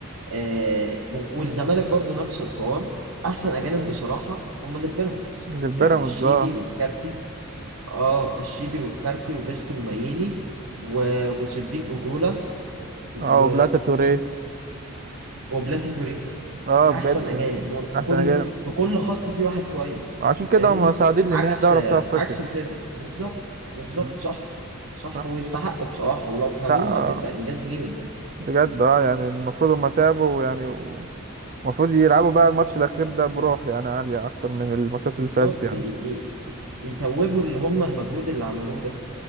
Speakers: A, on the right; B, on the right.
A: آه م- والزمالك برضو نفس الحوار احسن اجانب بصراحه هم اللي في بيراميدز
B: اللي في بيراميدز
A: يعني الشيبي
B: اه
A: والكارتي اه الشيبي والكارتي وفيستو المايلي و... وصديق اجولا و...
B: اه بلاتا توريه
A: وبلاتي توريه
B: اه بجد
A: احسن اجانب
B: يعني
A: مو- في
B: احسن
A: كل
B: اجانب
A: في كل خط في واحد كويس
B: عشان كده
A: فاهمني
B: هم صاعدين لنهائي
A: عكس
B: دوري ابطال افريقيا
A: عكس الفرق بالظبط بالظبط
B: مم.
A: صح صح
B: صح
A: ويستحقوا بصراحة ولو خدوها
B: لا اه
A: هتبقى انجاز ليهم يعني
B: بجد اه يعني المفروض هم تعبوا يعني و- المفروض يلعبوا بقى الماتش الاخير ده بروح يعني عالية اكتر من الماتشات
A: بالظبط
B: اللي فاتت يعني
A: ي- ي- ي- يتوجوا اللي هم المجهود اللي عملوه ده